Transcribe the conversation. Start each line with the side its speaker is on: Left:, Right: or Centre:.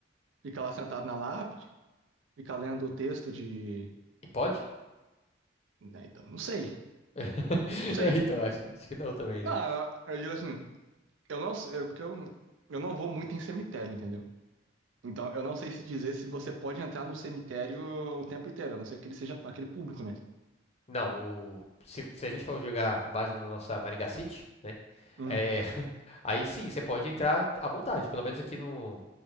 Right: Fica lá sentado na lápide. ficar lendo o texto de.
Left: E pode?
Right: né, então, não sei.
Left: <laughs>
Right: Não sei.
Left: É, Então, acho que, acho que não também,
Right: Não,
Left: né.
Right: eu digo assim, eu não sei, eu- porque eu, eu não vou muito em cemitério, entendeu? Então, eu não sei se dizer se você pode entrar no cemitério o tempo inteiro, a não ser que ele seja aquele público, né?
Left: Não, o, se, se a gente for jogar com base na nossa Maringá City, né,
Right: Hum,
Left: é, aí sim, você pode entrar à vontade, pelo menos aqui no,